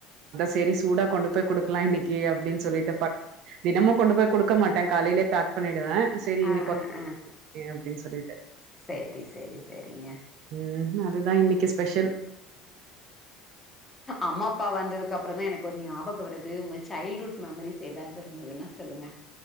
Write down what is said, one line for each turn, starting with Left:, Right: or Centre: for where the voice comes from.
Right: செரி சூடா கொண்டு போய் குடுக்கலா இன்னிக்கு அப்டின் சொல்லிட்டு ப தினமு கொண்டு போய் குடுக்க மாட்டே காலைலே பேக் பண்ணிடுவே செரி இன்னிக்
Left: ஆ ஆ
Right: <inaudible>
Left: ஆ
Right: அப்டின் சொல்லிட்டு
Left: சேரி சேரி சேரிங்க
Right: ம் ம் அது தா இன்னிக்கு ஸ்பெஷ்
Left: அம்மா அப்பா வந்ததுக்கப்பறந்தா எனக்கு ஒரு ஞாப கோ வருது உங்க சைல்டுஹுட் மெமரிஸ் எதாவ்து இருந்ததுன்னா சொல்லுங்க